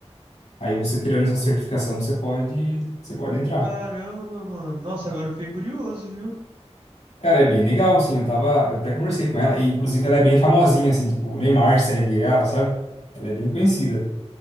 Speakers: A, on the left (about 70°); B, on the right (about 55°).
A: Aí você tirando essa certificação, você pode, você pode entrar.
B: Caramba, mano. Nossa, agora eu fiquei curioso, viu?
A: Cara, é bem legal, assim, eu tava, eu até conversei com ela, e inclusive ela é bem famosinha, assim, tipo, o Neymar segue ela, sabe? Ela é bem conhecida.